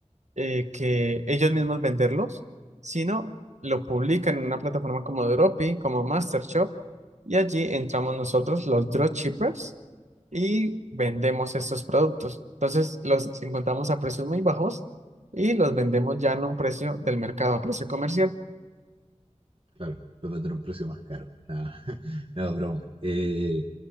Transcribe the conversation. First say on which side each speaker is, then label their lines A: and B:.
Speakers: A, on the right (about 65°); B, on the right (about 45°).
A: eh, que ellos mismos venderlos, sino lo publican en una plataforma como Dropi, como MasterShop, y allí entramos nosotros, los dropshippers, y vendemos estos productos. Entonces, los encontramos a precios muy bajos y los vendemos ya en un precio del mercado, a precio comercial.
B: Claro, puede a un precio más caro. Nada, <laughs> no, broma. Eh,